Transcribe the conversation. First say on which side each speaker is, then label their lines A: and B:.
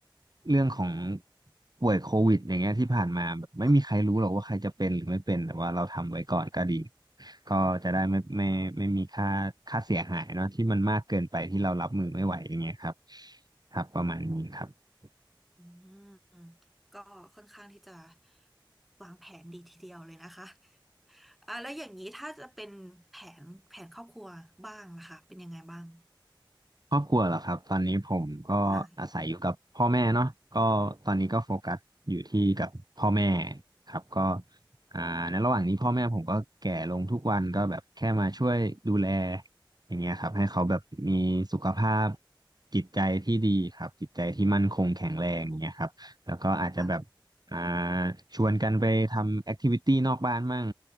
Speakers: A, on the right (about 50°); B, in the centre.
A: เรื่องของป่วยโควิดอย่างเงี้ยที่ผ่านมาแบบไม่มีใครรู้หรอกว่าใครจะเป็นหรือไม่เป็นแต่ว่าเราทำไว้ก่อนก็ดี
B: ก็
A: ก็จะได้ไม่ไม่ไม่มีค่าค่าเสียหายเนาะที่มันมากเกินไปที่เรารับมือไม่ไหวอย่างเงี้ยครับครับประมาณนี้ครับ
B: อืมก็ค่อนข้างที่จะวางแผนดีทีเดียวเลยนะคะ อ่ะแล้วอย่างนี้ถ้าจะเป็นแผนแผนครอบครัวบ้างล่ะคะเป็นยังไงบ้าง
A: ครอบครัวเหรอครับตอนนี้ผมก็อาศัยอยู่กับพ่อแม่เนาะก็ตอนนี้ก็โฟกัสอยู่ที่กับพ่อแม่
B: ออนไลน์
A: ครับก็อ่าในระหว่างนี้พ่อแม่ผมก็แก่ลงทุกวันก็แบบแค่มาช่วยดูแลอย่างเงี้ยครับให้เขาแบบมีสุขภาพจิตใจที่ดีครับจิตใจที่มั่นคงแข็งแรงอย่างเงี้ยครับแล้วก็อาจจะแบบ
B: ค่ะ
A: อ่าชวนกันไปทำแอคทิวิตี้นอกบ้านมั่ง